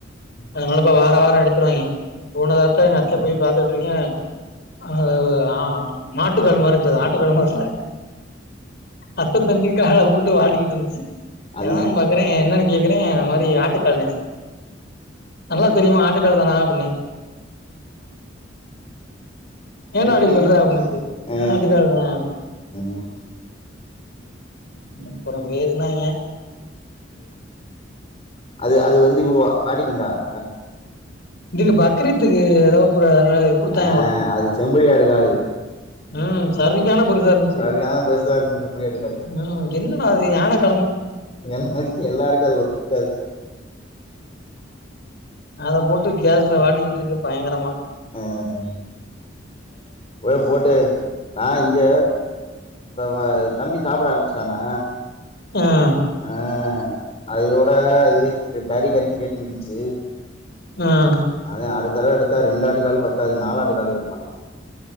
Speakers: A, on the left (about 60°); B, on the left (about 35°).
A: அதனால இப்ப வாரா வாரோ எடுத்துருவாய்ங்க போன வாரத்துல எங்க அத்த போய் பாத்து இருங்க <inaudible> ஆ மாட்டு கால்மறஞ்சது ஆட்டு கால் மறல அத்த தண்டி கால போட்டு வாட்டிக்கிட்டு வந்துச்சு
B: அது
A: எதாவு
B: இது
A: பாக்குறே என்னன்னு கே எதுங்க இந் மாரி ஆட்டுக்காலு நல்லா தெரியுமா ஆட்டுக்கால் தானா அப்டின்னு ஏன்ன
B: ஓகே
A: அப்டி சொல்றே
B: ஆ
A: ஆட்டுகால் தா
B: ம்
A: ப்புற பேசுனாங்க
B: ஆ அது அது வந்து இப்ப வாடிக்குந்தான
A: இதுக் பக்ரீத்துக்கு ஏதோ ப்ர குடுத்தாங்க
B: அ
A: போல
B: அது செம்பிலியாடு காலு
A: ம் சரியான பெருசா இருந்துச்சு
B: சரியான பெருசா இருக்கு செம்பிலியாட்டு காலு
A: ம் என்னடா அது யானக்
B: எல்லா எல்லாருக்கது ஒத்துருக்காது
A: அத போட்டு கேஸ்ல வாட்டிக்கிட்டு இருக்க பயங்கரமா
B: ஆஅ போய் போட்டு நா இங்க நம்ம தம்பி சாப்பட ஆரம்பிச்ட்டானா
A: ம்
B: ஆ அதியோட இது கறி கறின்னு கேட்டுகிட்டு இருந்ச்சு
A: ம்
B: அது அடித்தர எடுத் த ரெண்டாட்டு கால பத்தாது நாலாட்டு கால் வேனுமா